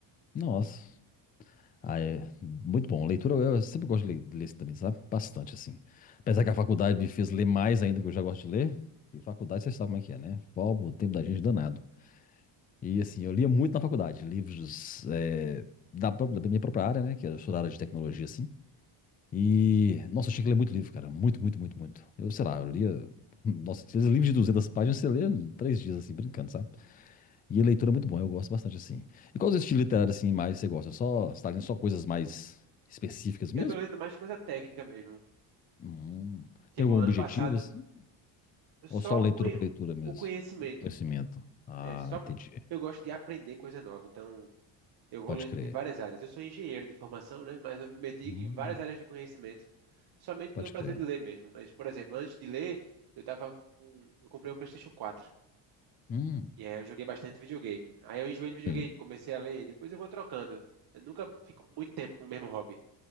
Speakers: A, on the left; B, on the right.
A: Nossa. Ah, é muito bom. Leitura, eu sempre gosto de ler, de ler assim também, sabe? Bastante, assim. Apesar que a faculdade me fez ler mais ainda, que eu já gosto de ler. E faculdade, você sabe como é que é, né? Pô, o tempo da gente é danado. E assim, eu lia muito na faculdade, livros eh, da, pró- da minha própria área, né? Que eu sou da área de tecnologia, assim. E, nossa, eu tinha que ler muito livro, cara. Muito, muito, muito, muito. Eu, sei lá, eu lia. <laughs> Nossa, esses livros de 200 páginas você lê em três dias, assim, brincando, sabe? E a leitura é muito bom, eu gosto bastante, assim. E qual os estilos literários, assim, mais você gosta? Só, você tá lendo só coisas mais específicas
B: Eu
A: mesmo?
B: tô lendo mais coisa técnica mesmo.
A: Hum,
B: Tipo,
A: tem algum
B: ano
A: objetivo,
B: passado,
A: assim?
B: Só
A: Ou só leitura
B: o, conhe-
A: por leitura mesmo?
B: o conhecimento.
A: Conhecimento. Ah,
B: É, só
A: entendi.
B: eu gosto de aprender coisa nova, então eu vou
A: Pode
B: ler
A: crer.
B: de várias áreas. Eu sou engenheiro de formação, né? Mas eu me meti
A: Hum,
B: em várias áreas do conhecimento, somente pelo
A: pode
B: prazer
A: crer.
B: de ler mesmo. Mas, por exemplo, antes de ler, eu tava com... eu comprei um PlayStation 4.
A: Hum.
B: E aí eu joguei bastante videogame. Aí eu enjoei de videogame,
A: Sim.
B: comecei a ler, depois eu vou trocando. Eu nunca fico muito tempo com o mesmo hobby.